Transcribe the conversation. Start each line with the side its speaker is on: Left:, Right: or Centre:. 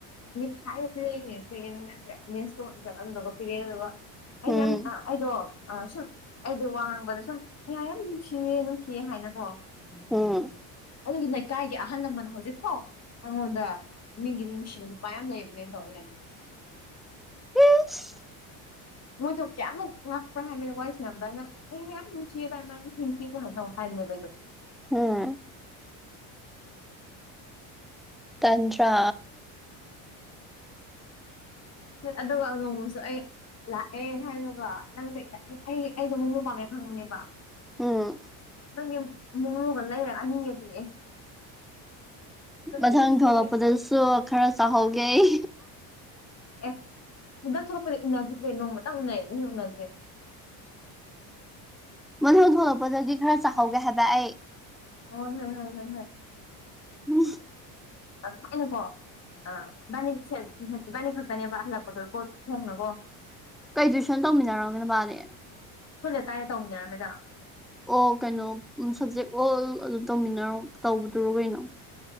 Left: ꯃꯤꯊꯥꯏꯕꯨ ꯄꯤꯔꯛꯏꯅꯦ ꯀꯩ ꯀꯩꯅꯣ ꯃꯌꯥꯝ ꯄꯤꯔꯛꯑꯦ ꯄꯤꯔꯛꯑꯦ ꯑꯗꯨꯒ ꯑꯩꯁꯦ
Centre: ꯎꯝ ꯎꯝ
Left: ꯌꯥꯝ ꯑꯩꯗꯣ ꯁꯨꯝ ꯑꯩꯗꯣ ꯋꯥ ꯉꯥꯡꯕꯗ ꯁꯨꯝ ꯌꯥ ꯌꯥꯝ ꯅꯨꯡꯁꯤꯌꯦ ꯅꯨꯡꯁꯤꯌꯦ ꯍꯥꯏꯅꯀꯣ
Centre: ꯎꯝ
Left: ꯑꯗꯨꯒꯤ ꯂꯩꯀꯥꯏꯒꯤ ꯑꯍꯜ ꯂꯃꯟ ꯍꯧꯖꯤꯛꯐꯣ ꯑꯩꯉꯣꯟꯗ ꯃꯤꯒꯤꯗꯤ ꯅꯨꯡꯁꯤꯕ ꯅꯨꯄꯥ ꯌꯥꯝ ꯂꯩꯕꯅꯦꯅ ꯇꯧ ꯂꯩ
Centre: ꯏꯁ
Left: ꯃꯣꯏꯗꯨ ꯀꯌꯥꯃꯨꯛ ꯉꯥꯛꯄꯔꯥ ꯍꯥꯏꯃꯤꯗ ꯋꯥꯔꯤ ꯁꯥꯟꯅꯕꯥ ꯑꯩꯅ ꯑꯦ ꯌꯥꯝ ꯅꯨꯡꯁꯤꯌꯦ ꯇꯅ ꯊꯦꯡꯀꯤ ꯍꯥꯏꯗꯣ ꯍꯥꯏꯔꯅꯦꯕꯥꯏꯗꯣ
Centre: ꯎꯝ ꯇꯗ꯭ꯔꯥ
Left: ꯍꯣꯏ ꯑꯗꯨꯒ ꯅꯣꯡꯃꯁꯨ ꯑꯩ ꯂꯥꯛꯑꯦ ꯍꯥꯏꯅꯒꯣ ꯅꯪ ꯑꯩ ꯑꯩꯗꯣ ꯑꯃꯨꯛ ꯂꯨ ꯄꯥꯝꯃꯦꯦ ꯈꯪꯉꯨꯅꯦꯕ
Centre: ꯎꯝ
Left: ꯒꯤ ꯃꯨꯉꯨꯒ ꯂꯩꯔ ꯑꯅꯤꯒꯗꯤ
Centre: ꯃꯊꯪ
Left: ꯅꯨꯡꯁꯤꯌꯦ
Centre: ꯊꯣꯛꯂꯛꯄꯗꯁꯨ ꯈꯔ ꯆꯥꯎꯍꯧꯒꯦ ꯑꯩ
Left: ꯑꯦ ꯍꯟꯗꯛ ꯁꯨꯔꯛꯄꯗꯤ ꯎꯅꯈꯤꯗ꯭ꯔꯦ ꯅꯣꯡꯃꯇꯪ ꯎꯅꯔꯦꯗꯤ ꯎꯅꯈ꯭ꯔꯦ
Centre: ꯃꯅꯨꯡ ꯊꯣꯛꯂꯛꯄꯗꯗꯤ ꯈꯔ ꯆꯥꯍꯧꯒꯦ ꯍꯥꯏꯕ ꯑꯩ
Left: ꯑꯣ ꯍ ꯍ ꯍ ꯍꯣꯏ
Centre: ꯎꯝ
Left: ꯠꯅꯀꯣ ꯑꯕꯥꯅꯤ ꯁꯤꯕꯥꯅꯤ ꯈꯛꯇꯅꯦꯕ ꯍꯜꯂꯛꯄꯗꯣ ꯄꯣꯠ ꯊꯣꯡꯅꯀꯣ
Centre: ꯀꯩ ꯇ꯭ꯋꯏꯁꯟ ꯇꯧꯃꯤꯟꯅꯔꯝꯒꯦꯅ ꯃꯥꯕꯥꯅꯦ
Left: ꯑꯩꯈꯣꯏꯅ ꯀꯥꯏꯗ ꯇꯧꯃꯤꯟꯅꯔꯝꯃꯦꯗꯣ
Centre: ꯑꯣ ꯀꯩꯅꯣ ꯁꯞꯖꯦꯛ ꯑꯣꯜ ꯑꯗꯨꯝ ꯇꯧꯃꯤꯟꯅꯔꯣ ꯇꯧꯕꯗꯨꯔꯣ ꯀꯩꯅꯣ